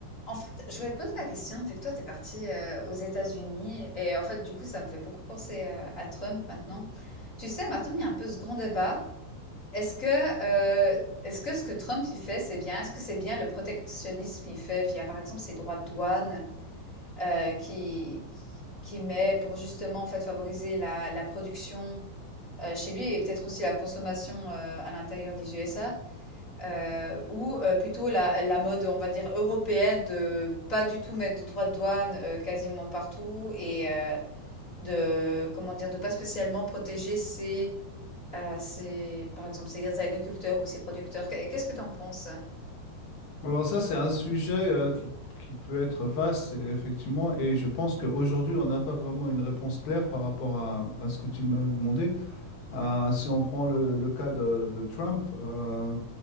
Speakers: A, on the left; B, on the left.
A: En fait, je voulais te poser la question, vu que toi, tu es parti euh, aux États-Unis, et en fait, du coup, ça me fait beaucoup penser euh, à Trump maintenant. Tu sais, maintenant, il y a un peu ce grand débat. Est-ce que, euh, est-ce que ce que Trump il fait, c'est bien? Est-ce que c'est bien le protectionnisme qu'il fait via, par exemple, ses droits de douane euh, qui, qui met pour justement, en fait, favoriser la, la production euh, chez lui et peut-être aussi la consommation euh, à l'intérieur des USA? heu, ou heu, plutôt la la mode, on va dire, européenne de pas du tout mettre de droits de douane, heu, quasiment partout et heu, de comment dire? De pas spécialement protéger ces, heu, ses par exemple, ces agriculteurs ou ces producteurs. Qu'est qu'est-ce que tu en penses?
B: Alors ça, c'est un sujet euh, qui, qui peut être vaste, et- effectivement, et je pense qu'aujourd'hui, on n'a pas vraiment une réponse claire par rapport à, à ce que tu m'as demandé. Ah, si on prend le, le cas de, de Trump, euh,